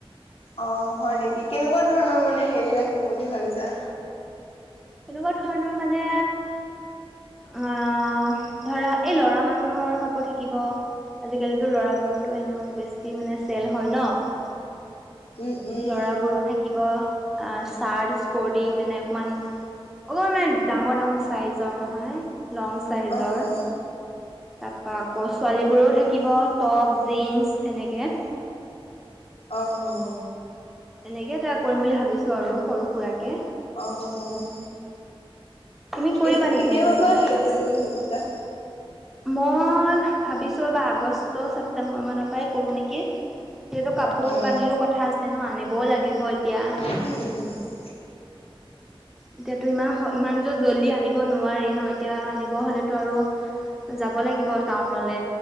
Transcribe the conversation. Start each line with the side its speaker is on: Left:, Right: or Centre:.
Left: অ', হয় নেকি? কেনেকুৱা ধৰণৰ মানে হেৰি ৰাখিম বুলি ভাবিছা।
Centre: কেনেকুৱা ধৰণৰ মানে, আ ধৰা, এই ল'ৰা মানুহৰ কাপোৰ থাকিব। আজি কালিটো ল'ৰাবোৰতো এনেও বেছি মানে চেল হয় ন।
Left: উম উম
Centre: ল'ৰাবোৰৰ
Left: উম।
Centre: থাকিব। চাৰ্ট স্পৰ্টিং মানে অকণমান অকণমান মানে ডাঙৰ ডাঙৰ চাইজৰ নহয়। লং চাইজৰ।
Left: অ অ
Centre: তাৰপৰা আকৌ ছোৱালীবোৰৰ থাকিব টপ, জিন্স এনেকে।
Left: অ', অ',
Centre: এনেকে এটা কৰিম বুলি ভাবিছো আৰু সৰু সুৰাকে।
Left: অ',
Centre: তুমি কৰিবা
Left: এই
Centre: নেকি
Left: কেতিয়াবাপা
Centre: মোৰ লগত পাৰ্টনাৰশ্বিপ
Left: হেৰি কৰিম বুলি ভাবিছা?
Centre: মই ভাবিছো ৰ'বা আগষ্ট, ছেপটেম্বৰ মান পাই কৰো নেকি এইটো কাপোৰ
Left: অ অ
Centre: কানিৰো কথা আছে ন' আনিবও লাগিব এতিয়া।
Left: উম, উম, উম, উম।
Centre: এতিয়াতো ইমান সহ ইমান টো জল্দি আনিব নোৱাৰি ন, এতিয়া আনিব হ'লেতো আৰু যাব লাগিব টাউনলে